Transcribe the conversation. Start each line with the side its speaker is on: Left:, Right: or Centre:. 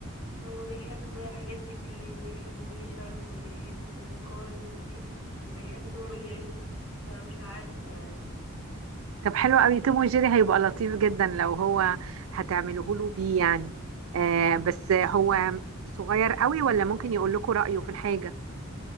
Left: هو بيحب حاجات كتير بيحب بيبي شارك وبيحب الكارز دي وبيحب توم وجيري فمش عارفة يعني
Right: طب حلو قوي توم وجيري هيبقى لطيف جدا لو هو هتعمله له بيه يعني آه بس هو صغير قوي ولا ممكن يقول لكم رأيه في الحاجة